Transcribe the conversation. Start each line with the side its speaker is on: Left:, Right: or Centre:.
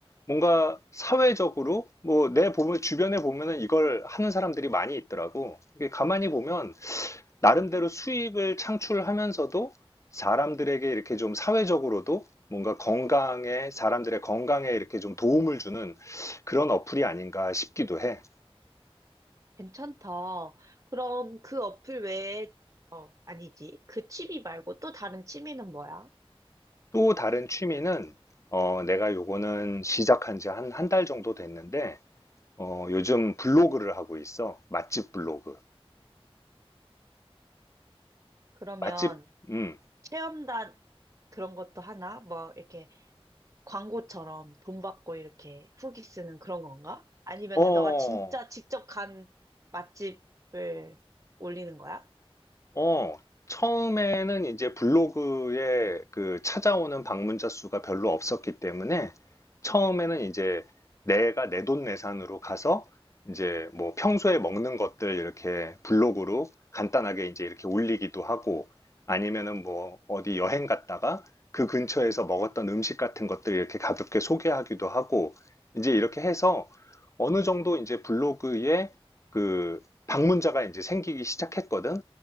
Left: 뭔가 사회적으로 뭐 내 보면 주변에 보면은 이걸 하는 사람들이 많이 있더라고. 이게 가만히 보면 나름대로 수익을 창출하면서도 사람들에게 이렇게 좀 사회적으로도 뭔가 건강에, 사람들의 건강에 이렇게 좀 도움을 주는 그런 어플이 아닌가 싶기도 해.
Right: 괜찮다. 그럼 그 어플 외에, 어, 아니지. 그 취미 말고 또 다른 취미는 뭐야?
Left: 또 다른 취미는, 어, 내가 요거는 시작한 지 한, 한 달 정도 됐는데, 어, 요즘 블로그를 하고 있어. 맛집 블로그.
Right: 그러면
Left: 맛집, 음,
Right: 체험단 그런 것도 하나? 뭐, 이렇게 광고처럼 돈 받고 이렇게 후기 쓰는 그런 건가? 아니면은
Left: 어,
Right: 너가 진짜 직접 간 맛집을 올리는 거야?
Left: 어, 처음에는 이제 블로그에 그 찾아오는 방문자 수가 별로 없었기 때문에 처음에는 이제 내가 내돈내산으로 가서 이제 뭐 평소에 먹는 것들 이렇게 블로그로 간단하게 이제 이렇게 올리기도 하고 아니면은 뭐 어디 여행 갔다가 그 근처에서 먹었던 음식 같은 것들 이렇게 가볍게 소개하기도 하고 이제 이렇게 해서 어느 정도 이제 블로그에 그 방문자가 이제 생기기 시작했거든.